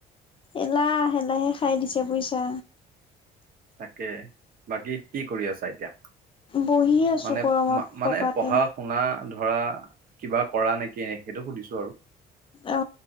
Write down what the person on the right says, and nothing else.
তাকে, বাকী কি কৰি আছা এতিয়া?
মানে
মানে পঢ়া-শুনা। ধৰা কিবা কৰা নেকি? নে সেইটো সুধিছো আৰু।